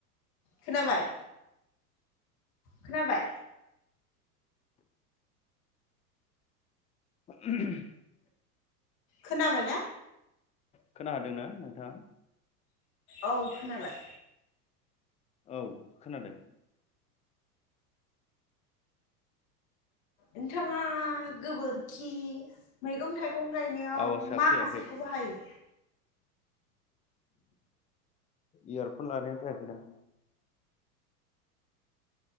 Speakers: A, on the left; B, on the left.
A: खोनाबाय खोनाबाय।
B: उम
A: खोनाबाय ना?
B: खोनादोंना नोंथाङा?
A: औ खोनाबाय।
B: औ खोनादों।
A: नोंथाङा खोबोरखि मैगं थाइगं गायनायाव
B: आवाजआ
A: मा
B: फैयाखै
A: हासारखौबो हायो?
B: इयारफन लानाया जायाखैदां